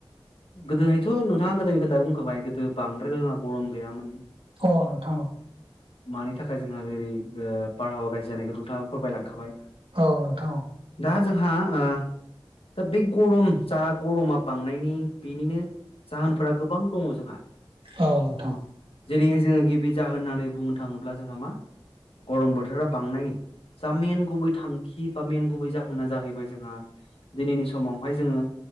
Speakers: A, on the left (about 85°); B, on the right (about 70°).
A: गोदोहायथ' नोंथाङा गोदोनि खोथा बुंखाबाय गोदो बांद्राय गो जोंहा गरम गैयामोन।
B: अ नोंथां।
A: मानि थाखाय जोंहा जेरै ओ बारहावा गाज्रि जानायखौ नोंथाङा फोरमायलांखाबाय।
B: औ नोंथां।
A: दा जोंहा ओ दा बे गरम जा गरमा बांनायनि बेनिनो जाहोनफोरा गोबां दङ जोंहा।
B: औ नोंथां।
A: जेरैहाय जोङो गिबि जाहोन होननानै बुंनो थाङोब्ला जोंहा मा गरम बोथोरा बांनायनि जा मेन गुबै थांखि बा मेन गुबै जाहोना जाहैबाय जोंहा दिनैनि समावहाय जोङो